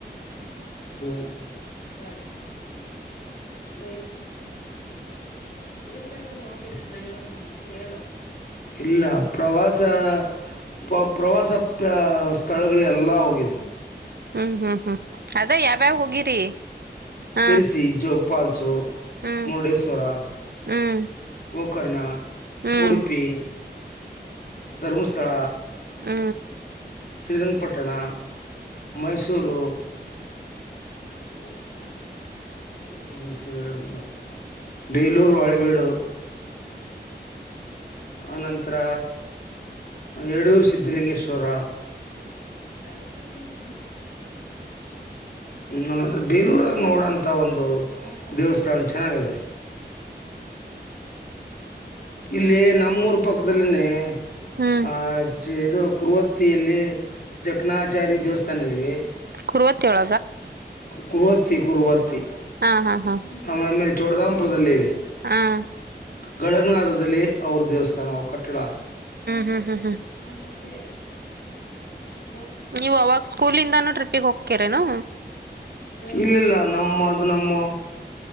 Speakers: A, on the left; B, on the right.
A: ಹ <inaudible> ವೆ ಹೋಗವ ನ ಹೇಳ ಇಲ್ಲ ಪ್ರವಾಸ <inaudible> ಪ್ರ ಪ್ರವಾಸ ಪ ಸ್ಥಳಗಳ ಎಲ್ಲಾ ಹೋಗಿದೀನಿ
B: ಹ್ಮ್ ಹ್ಮ್ ಹ್ಮ್ ಅದ ಯಾವ್ಯಾವ್ ಹೋಗಿರಿ ಹಾ
A: ಸಿರ್ಸಿ ಜೋಗಪಲ್ಸು
B: ಹ್ಮ್
A: ಮುರುಡೇಶ್ವರ
B: ಹ್ಮ್
A: ಗಕ ಕುಕರ್ಣ
B: ಹ್ಮ್
A: ಉಡುಪಿ ಧರ್ಮಸ್ಥಳ
B: ಹ್ಮ
A: ಶ್ರೀರಂಗಪಟ್ಟಣ ಮೈಸೂರು ಧಸ್ಥಳ ಧರ್ಮಸ್ಥಳಳ ಬೇಲೂರು ಹಳೆಬೇಡು ಅನಂತರ ಯಡೂರು ಸ್ಧಲಿಂಗೇಶ್ವರ ಎರಡು ಸಿದ್ಲಿಂಗ ಹ್ಮಂದ್ರೆ ಬೇಲೂರಾಗ ನೋಡಂತ ಒಂದು ದೇವಸ್ಥಾನ ಚೆನ್ನಾಗಿದ್ದಾವೆ ಇಲ್ಲಿ ನಮ್ಮೂರು ಪಕ್ಕದಲ್ಲಿನೇ
B: ಹಾ
A: ಆ ಇದು ಕುರುವತ್ತಿಯಲ್ಲಿ ಜಕಣಾಚಾರಿ ದೇವಸ್ಥಾನ ಇದೀವಿ
B: ಕುರುವತ್ತೇಳ
A: ಕರುವತಿ ಕುರುವತಿ
B: ಹಾ ಹಾ ಹಾ ಹಾ
A: ಆಮಮೇಲೆ ಚೋಡದಾಮಪುರದಲ್ಲಿ ಇವೆ
B: ಹ್ಮ್
A: ಗಳನಾದದಲ್ಲಿ ಅವ್ರ ದೇವಸ್ಥಾನ ಕಟ್ಟಡ
B: ಹ್ಮ್ ಹ್ಮ್ ಹ್ಮ್
A: ತ್ತ ಹ <inaudible>
B: ನೀವ್ ಅವಾಗ ಸ್ಕೂಲಿಂದಾನು ಟ್ರಿಪ್ಪಿಗೆ ಹೋಗ್ತಿರನು
A: ಇಲ್ಲಲ್ಲ ನಮ್ಮ ಅದು ನಮ್ಮ